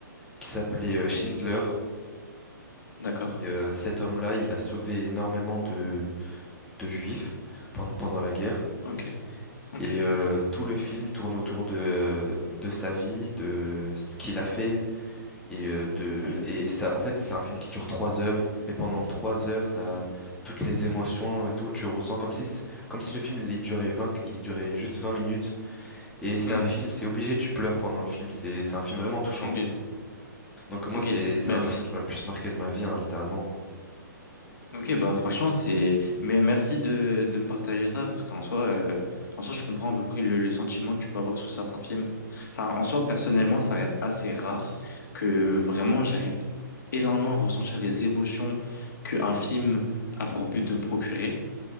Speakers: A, in the centre; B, on the left.
A: qui s'appelait euh, Schindler
B: D'accord.
A: Et euh, cet homme-là, il a sauvé énormément de, de juifs pen- pendant la guerre.
B: Ok, ok.
A: Et euh, tout le film tourne autour de, de sa vie, de ce qu'il a fait. Et, euh, de,
B: Oui.
A: et ça, en fait, c'est un film qui dure trois heures. Mais pendant trois heures, t'as toutes les émotions et tout. Tu ressens comme si, c- comme si le film il durait vingt il durait juste 20 minutes. Et c'est
B: Hmm.
A: un film, c'est obligé, tu pleures pendant le film. C'est, c'est un film vraiment touchant.
B: Ok,
A: Donc moi,
B: ok.
A: c'est, c'est
B: Bref.
A: un des films qui m'a le plus marqué de ma vie, hein, littéralement.
B: Ok, bah franchement, c'est. Mais merci de, de me partager ça, parce qu'en soi, euh, en soi, je comprends à peu près le, le sentiment que tu peux avoir sur certains films. Enfin, en soi, personnellement, ça reste assez rare que vraiment j'arrive énormément à ressentir les émotions qu'un film a pour but de me procurer.